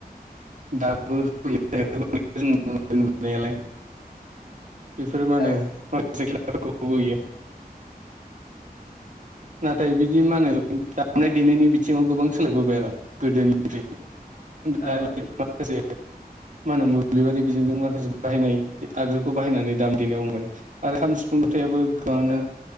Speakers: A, on the right; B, on the left.
A: दाबो होयो जों नुनायावलाइ बेफोर मा होनो
B: औ
A: माखासे खेला यो नाथाय <inaudible> बिदि माहोनो दामनाय देनायनि बिथिङाव गोबां सोलायबोबाय आरो गोदोनिफ्राय दा
B: औ
A: माखसे मा होनो मोब्लिबारि बिजों जों माखासे बाहायनाय आगजुखौ बाहायनानै दामनो देनो हमबाय आरो खाम सिफुं जथायाबो गानो
B: औ